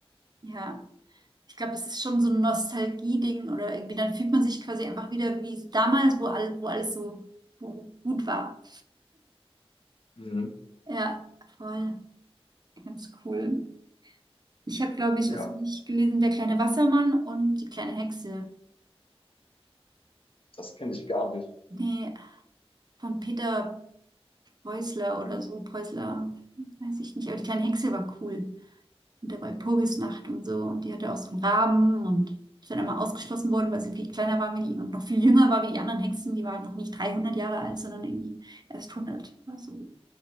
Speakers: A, on the right; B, on the left.
A: ja. Ich glaube, es ist schon so ein Nostalgie-Ding oder irgendwie, dann fühlt man sich quasi einfach wieder wie so damals, wo alles, wo alles so wo gut war.
B: Mhm.
A: Ja, voll. Ganz cool. Ich habe, glaube ich,
B: Ja,
A: was hab ich gelesen, Der kleine Wassermann und die kleine Hexe.
B: das kenne ich gar nicht.
A: Nee, von Peter Preußler oder so, Preußler, weiß ich nicht, aber die kleine Hexe war cool. Und da war Walpurgisnacht und so. Und die hatte auch so einen Raben und ist dann immer ausgeschlossen worden, weil sie viel kleiner war wie die und noch viel jünger war wie die anderen Hexen. Die war halt noch nicht 300 Jahre alt, sondern irgendwie erst 100. Also,